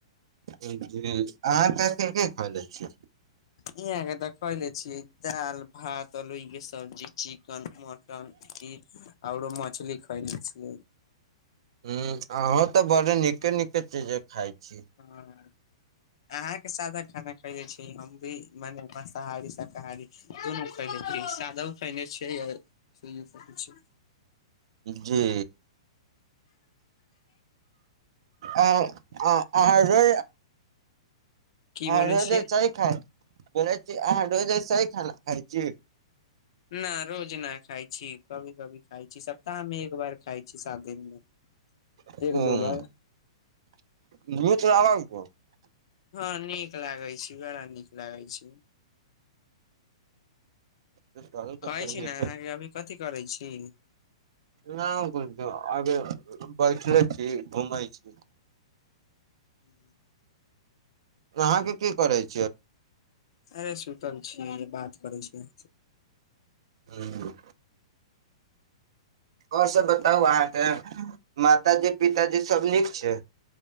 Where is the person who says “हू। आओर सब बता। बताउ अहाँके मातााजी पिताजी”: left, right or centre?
Right